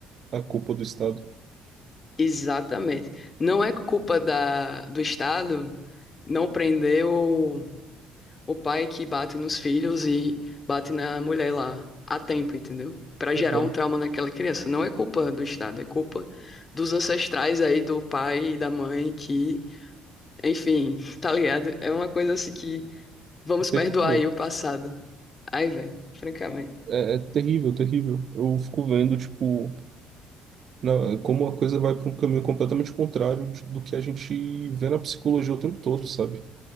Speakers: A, on the right; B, on the left.
A: a culpa do Estado.
B: exatamente. Não é culpa da, do Estado não prender o o pai que bate nos filhos e bate na mulher lá a tempo, entendeu? Pra gerar
A: Aham.
B: um trauma naquela criança. Não é culpa do Estado, é culpa dos ancestrais aí, do pai e da mãe, que, enfim, <laughs> tá ligado? É uma coisa assim que vamos
A: É terrível.
B: perdoar aí o passado. Ai, velho, francamente.
A: É, é terrível, terrível. Eu fico vendo, tipo. na- como a coisa vai para um caminho completamente contrário de- do que a gente vê na psicologia o tempo todo, sabe?